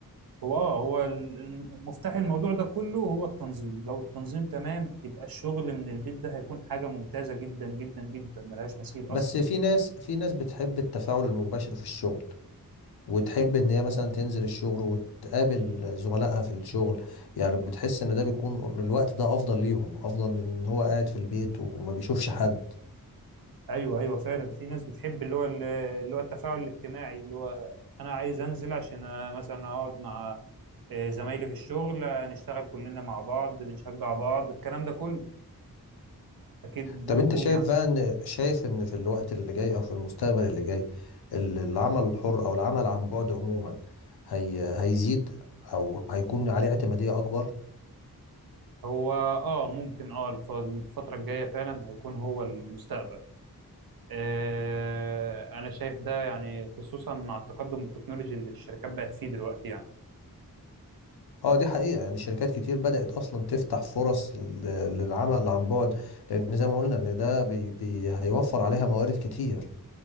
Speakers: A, on the right; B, on the left.
A: هو اه هو ال- ال- مفتاح الموضوع ده كله هو التنظيم لو التنظيم تمام يبقى الشغل من البيت ده هيكون حاجة ممتازة جدا جدا جدا ملهاش مثيل
B: بس
A: أصلا
B: في ناس في ناس بتحب التفاعل المباشر في الشغل وتحب ان هي مثلا تنزل الشغل وتقابل زملائها في الشغل يعني بتحس ان ده بيكون الوقت ده افضل ليهم افضل من ان هو قاعد في البيت وما بيشوفش حد
A: ايوه ايوه فعلا في ناس بتحب اللي هو اللي هو التفاعل الاجتماعي اللي هو انا عايز انزل عشان أنا مثلا هقعد مع آه، زمايلي في الشغل آه، نشتغل كلنا مع بعض بنشجع بعض الكلام ده كله اكيد
B: طب
A: مفهوم
B: انت شايف
A: يعني
B: بقى ان شايف ان في الوقت اللي جاي او في المستقبل اللي جاي ال- العمل الحر او العمل عن بعد عموما هي هيزيد او هيكون عليه اعتمادية اكبر
A: هو اه ممكن اه الف- الفترة الجاية فعلا هيكون هو المستقبل آه انا شايف ده يعني خصوصا مع التقدم التكنولوجي اللي الشركات بقت فيه دلوقتي يعني
B: اه دي حقيقة يعني شركات كتير بدأت أصلا تفتح فرص ل- للعمل عن بعد لأن زي ما قلنا إن ده بي بي هيوفر عليها موارد كتير